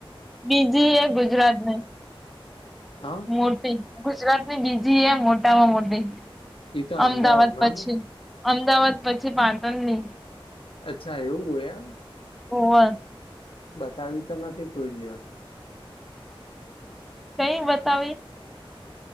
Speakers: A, in the centre; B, on the left (about 70°).
A: બીજી એ ગુજરાતને
B: હા
A: મોટી ગુજરાત ની બીજી એ મોટામાં મોટી.
B: એ તો
A: અમદાવાદ
B: અમદાવાદમાં
A: પછી
B: ને
A: અમદાવાદ પછી પાટણની
B: અચ્છા એવું હોય
A: હોવ.
B: બતાવી તો નથી કોઈ દિવસ.
A: કઈ બતાવી?